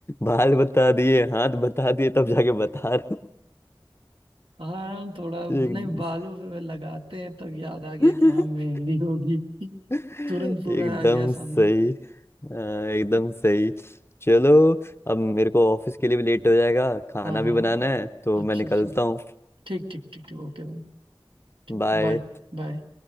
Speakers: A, on the left; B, on the right.
A: बाल बता दिए हाथ बता दिए तब जाके बता रहे हो।
B: हाँ थोड़ा
A: एक
B: नहीं बालों पे लगाते हैं तब याद आ गया
A: <laughs>
B: कि हाँ मेहंदी होगी <laughs>
A: एकदम
B: तुरंत पूरा आ गया सामने
A: सही हाँ, एकदम सही चलो अब मेरे को ऑफिस के लिए भी लेट हो जाएगा खाना
B: हाँ हाँ
A: भी बनाना है तो
B: अच्छा
A: मैं निकलता
B: अच्छा
A: हूँ
B: ठीक ठीक ठीक ठीक ओके भाई ठीक
A: बाय
B: बाय बाय